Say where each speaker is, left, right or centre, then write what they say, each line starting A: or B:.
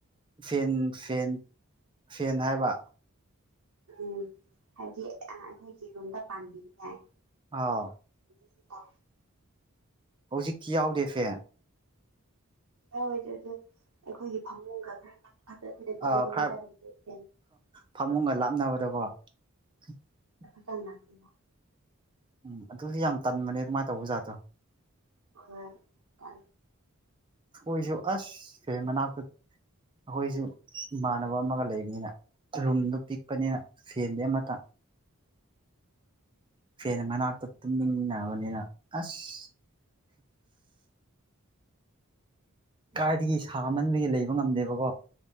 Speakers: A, on the right (about 20°); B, on the right (about 80°).
A: ꯁꯦꯟ ꯁꯦꯟ ꯁꯦꯟ ꯍꯥꯏꯕ
B: ꯎꯝ ꯍꯥꯏꯕꯗꯤ ꯑꯩꯈꯣꯏꯒꯤ ꯔꯨꯝꯗ ꯄꯥꯟꯝꯕꯤꯅꯤꯅꯦ
A: ꯑꯥꯎ
B: ꯁꯤ ꯇ
A: ꯍꯧꯖꯤꯛꯇꯤ ꯌꯥꯎꯗꯦ ꯐꯦ
B: ꯌꯥ ꯑꯣꯏꯗ ꯑꯗꯨꯗ ꯑꯩꯈꯣꯏꯒꯤ ꯐꯃꯨꯡꯒ ꯈꯔ ꯅꯛꯅꯕꯗ ꯑꯩꯈꯣꯏꯅ ꯀꯣꯟꯅ
A: ꯑ
B: ꯀꯣꯟꯅꯗ
A: ꯈꯔ
B: ꯑꯗꯨꯝꯗꯤ ꯐꯦꯟ
A: ꯐꯃꯨꯡꯒ
B: ꯎꯝ
A: ꯂꯥꯞꯅꯕꯗꯀꯣ <unintelligible>
B: ꯇ ꯂꯇꯅꯣ
A: ꯎꯝ ꯑꯗꯨꯁꯨ ꯌꯥꯝ ꯇꯟꯕꯅꯦ ꯑꯗꯨꯃꯥꯏꯅ ꯇꯧꯕ ꯖꯥꯠꯇꯣ
B: ꯑꯣꯏ ꯀ
A: ꯈꯨꯁꯨꯣ ꯑꯁꯁꯦ ꯃꯅꯥꯀꯠ ꯑꯩꯈꯣꯏꯁꯨ ꯏꯃꯥꯟꯅꯕ ꯑꯃꯒ ꯂꯩꯕꯅꯤꯅ ꯔꯨꯝꯗꯣ ꯄꯤꯛꯄꯅꯤꯅ ꯁꯦꯟꯗꯤꯦ ꯑꯃꯇ ꯐꯦꯅ ꯃꯅꯥꯛꯇ ꯇꯨꯝꯃꯤꯟꯅꯕꯅꯤꯅ ꯑꯁ ꯀꯥꯏꯗꯒꯤ ꯁꯥꯃꯟꯕꯒꯤ ꯂꯩꯕ ꯉꯝꯗꯦꯕꯀꯣ